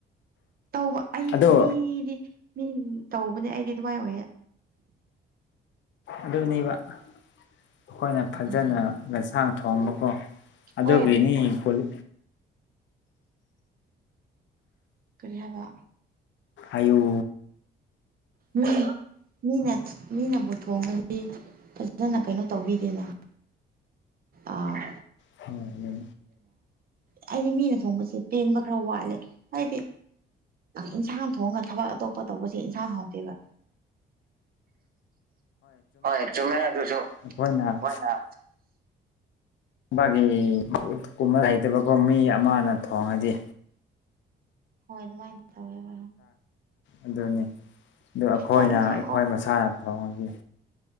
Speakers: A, on the right; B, on the left.
A: ꯇꯧꯕ ꯑꯩ
B: ꯑꯗꯣ
A: ꯃꯤꯗꯤ ꯃꯤ ꯇꯧꯕꯅꯦ ꯑꯩꯗꯤ ꯑꯗꯨꯃꯥꯏꯅ ꯑꯣꯏꯌꯦ
B: ꯑꯗꯨꯅꯦꯕ ꯑꯩꯈꯣꯏꯅ ꯐꯖꯅ
A: ꯎꯝ
B: ꯌꯦꯟꯁꯥꯡ ꯊꯣꯡꯕꯀꯣ ꯑꯗꯒꯅꯤ
A: ꯍꯣꯏ
B: ꯀꯣꯂꯤ
A: ꯀꯔꯤ ꯍꯥꯏꯕ
B: ꯑꯌꯨ
A: ꯎꯝ ꯃꯤꯅ ꯃꯤꯅꯕꯨ ꯊꯣꯡꯉꯗꯤ ꯐꯖꯅ ꯀꯩꯅꯣ ꯇꯧꯕꯤꯗꯦꯅ ꯑꯥ
B: ꯍ ꯌꯦꯣ
A: ꯍꯥꯏꯗꯤ ꯃꯤꯅ ꯊꯣꯡꯕꯁꯦ ꯄꯦꯟꯕ ꯈꯔ ꯋꯥꯠꯂꯦ ꯍꯥꯏꯗꯤ ꯏꯟꯁꯥꯡ ꯊꯣꯡꯉꯒ ꯊꯕꯛ ꯑꯇꯣꯞꯄ ꯇꯧꯕꯁꯦ ꯏꯟꯁꯥꯡ ꯍꯥꯎꯗꯦꯕ ꯍꯣꯏ ꯆꯨꯝꯃꯦ ꯌꯥ ꯑꯗꯨꯁꯨ
B: ꯑꯩꯈꯣꯏꯅ
A: ꯍ
B: ꯕꯥꯒꯤ ꯀꯨꯝꯕ ꯍꯩꯇꯕꯀꯣ ꯃꯤ ꯑꯃꯅ ꯊꯣꯡꯉꯗꯤ
A: ꯍꯣꯏ ꯑꯗꯨꯃꯥꯏꯅ ꯇꯧꯋꯦꯕ
B: ꯑꯗꯨꯅꯤ ꯑꯗꯨ ꯑꯩꯈꯣꯏꯅ
A: ꯆꯥꯛ ꯏꯟꯁꯥꯡ
B: ꯑꯩꯈꯣꯏ ꯃꯁꯥꯅ ꯊꯣꯡꯉꯈꯤ